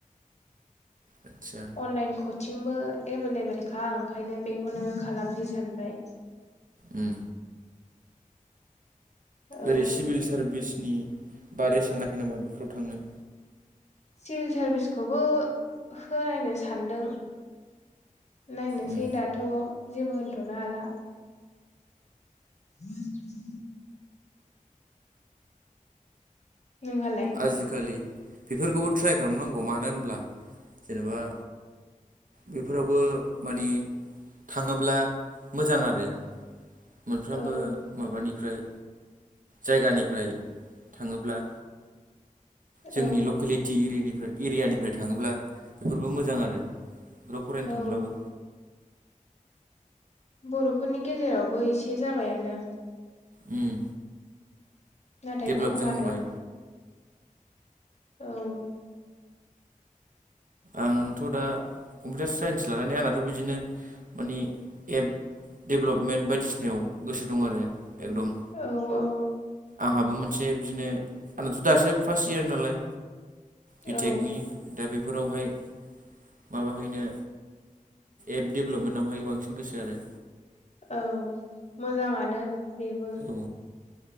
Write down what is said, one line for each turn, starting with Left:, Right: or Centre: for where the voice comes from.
Right: आदसा।
Left: अनलाइन कचिंबो एभेलेबेलखा ओंखायनो बेखौनो खालामनो सानबाय।
Right: ओम।
Left: औ
Right: ओरै सिभिल सारभिसनि बारै सानाखै नामा बेफोराव थांनो?
Left: सिभिल सारभिसखौबो होनायनो सानदों। नायनोसै
Right: उम
Left: दाथ' जेबो होनथ'नो हाला। <inaudible> नोंहालाय-
Right: आजिखालि बेफोरखौबो ट्राय खालामनांगौ मानो होनब्ला जेनेबा बेफोरावबो माने थाङोब्ला मोजां आरो। मोनफ्रोमबो
Left: औ
Right: माबानिफ्राय जायगानिफ्राय थाङोब्ला जोंनि
Left: औ
Right: लकेलेटि इरियानिफ्राय एरियानिफ्राय थाङोब्ला बेफोरबो मोजां आरो। बेफोराव फरायनो
Left: औ
Right: थांब्लाबो
Left: बर'फोरनि गेजेरावबो एसे जाबायानो।
Right: उम।
Left: नाथाय
Right: डेभेलप
Left: खम
Right: जाहांबाय
Left: आरो। औ
Right: आंथ' दा कम्पिउटार साइन्स लानानै आंनाथ' बिदिनो माने एप डेभलपमेन्ट बायदिसिनायाव गोसो दं आरो एकदम।
Left: औ - औ।
Right: आंहाबो मोनसे बिदिनो आंनाथ' दासो फार्स्ट इयार नालाय बिटेकनिक
Left: औ
Right: दा बेफोरावहाय माबाहैनो एप डेभलपमेन्टावहाय बांसिन गोसो आरो
Left: औ मोजाङानो बेबो
Right: औ।